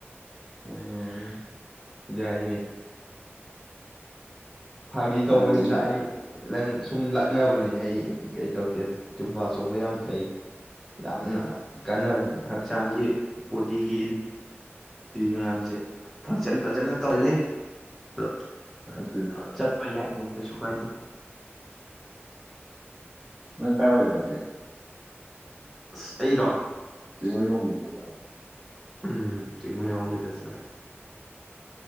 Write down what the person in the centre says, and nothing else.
ꯎꯝ ꯌꯥꯏꯌꯦ ꯐꯥꯒꯤ
ꯇꯧꯕꯅꯤ ꯁꯤꯗ
ꯑꯩ ꯅꯪ ꯁꯨꯝ ꯂꯥꯛꯅꯕꯅꯦ ꯑꯩ ꯀꯩ ꯇꯧꯗꯦ ꯖꯨꯝꯕ ꯆꯣꯡꯕ ꯌꯥꯝ ꯐꯩ ꯌꯥꯝꯅ ꯀꯥꯟꯅꯕꯅꯤ ꯍꯛꯆꯥꯡꯒꯤ ꯕꯣꯗꯤꯒꯤ ꯗꯤ ꯃꯌꯥꯝꯖꯦ ꯐꯪꯁꯟ ꯐꯖꯅ ꯇꯧꯍꯜꯂꯤ <unintelligible>
ꯆꯠꯄ ꯌꯥꯏꯗꯣ ꯀꯩꯁꯨ ꯀꯥꯏꯗꯦ꯫
ꯑꯁ ꯑꯩꯔꯣ?
ꯎꯝ ꯆꯤꯡꯃꯩꯔꯣꯡꯒꯤꯗ ꯆꯠꯂꯦ꯫